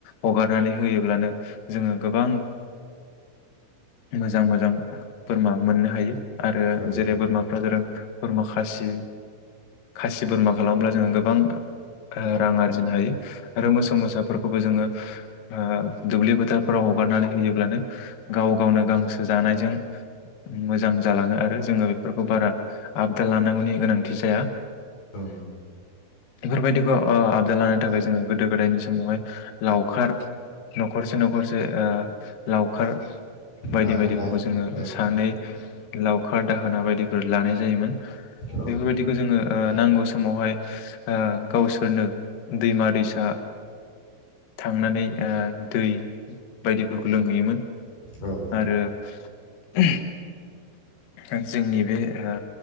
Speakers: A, on the left; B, on the left.
A: हगारनानै होयोब्लानो जोङो गोबां मोजां मोजां बोरमा मोननो हायो आरो
B: औ
A: जेरै बोरमाफ्रा जादों बोरमा खासि खासि बोरमा खालामब्ला जोङो गोबां ओ रां आरजिनो हायो आरो मोसौ
B: औ
A: मोसाफोरखौबो जोङो आ दुब्लि फोथार फोराव हगारनानै होयोब्लानो गाव गावनो गांसो जानाय जों मोजां जालाङो आरो जोङो बेफोरखौ बारा आपदाल लानांगौनि गोनांथि जाया
B: औ।
A: बेफोर‌ बिदिखौ ओ अ आबदाल लानो थाखाय जोङो गोदो गोदायनि समावहाय लावखार न'खरसे न'खरसे जे ओ लावखार बायदि
B: दाहोना
A: बायदिफोरखौ जोङो
B: औ
A: सानै लावखार दाहोना बिदि फोर लानाय जायोमोन
B: औ
A: बेफोर बायदिखौ जोङो ओ नांगौ समावहाय ओ गावसोरनो दैमा दैसा थांनानै ओ दै दिब फोरखौ लोंहैयोमोन
B: औ
A: आरो <unintelligible> ओ जोंनि बे हो